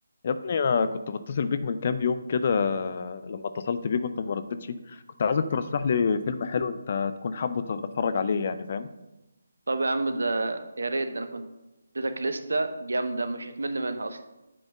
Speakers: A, on the left; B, on the right.
A: يا ابني انا كنت بتصل بيك من كام يوم كده لما اتصلت بيك وانت ما ردتش كنت عايزك ترشح لي فيلم حلو انت تكون حابه اتفرج عليه يعني فاهم
B: طب يا عم ده يا ريت ده انا كنت اديتك لستة جامدة مش هتمل منها اصلا